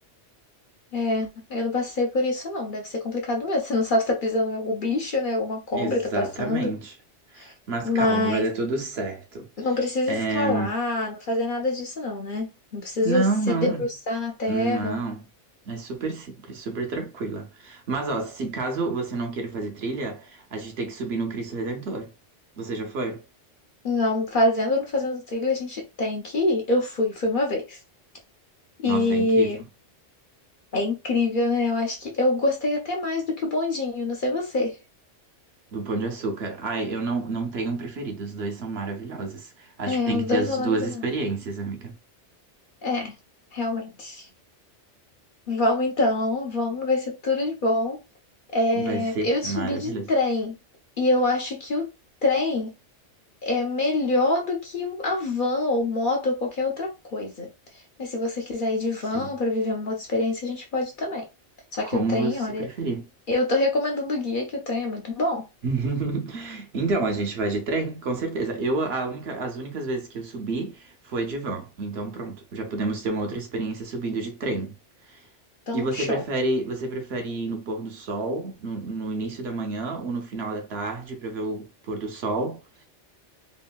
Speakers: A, on the left (about 55°); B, on the right (about 65°).
A: é. Eu não passei por isso, não. Deve ser complicado mesmo. Você não sabe se tá pisando em algum bicho, né? Alguma cobra
B: Exatamente.
A: tá passando.
B: Mas
A: Mas.
B: calma, vai dar tudo certo.
A: Não precisa
B: É,
A: escalar, não fazer nada disso, não, né? Não precisa
B: Não,
A: se
B: não,
A: debruçar na terra.
B: não. É super simples, super tranquila. Mas ó, se caso você não queira fazer trilha, a gente tem que subir no Cristo Redentor. Você já foi?
A: Não, fazendo ou não fazendo trilha, a gente tem que ir. Eu fui, fui uma vez. E
B: Nossa, é incrível.
A: é incrível, né? Eu acho que eu gostei até mais do que o bondinho, não sei você.
B: Do Pão de Açúcar. Ai, eu não, não tenho um preferido, os dois são maravilhosos. Acho
A: É,
B: que tem
A: os
B: que ter
A: dois
B: as
A: são
B: duas
A: a verdade.
B: experiências, amiga.
A: É, realmente. Vamos então, vamos, vai ser tudo de bom. É,
B: Vai ser
A: eu subi
B: maravilhoso.
A: de trem e eu acho que o trem é melhor do que a van ou moto ou qualquer outra coisa. Mas se você quiser ir de van
B: Sim,
A: para viver uma outra experiência, a gente pode também. Só
B: como
A: que o trem,
B: você
A: olha,
B: preferir.
A: eu tô recomendando o guia que o trem é muito bom.
B: <laughs> Então, a gente vai de trem, com certeza. Eu, a única, as únicas vezes que eu subi foi de van. Então, pronto, já podemos ter uma outra experiência subindo de trem.
A: Então,
B: E você
A: show.
B: prefere,
A: O
B: você prefere ir no pôr do sol, no, no início da manhã ou no final da tarde para ver o pôr do sol?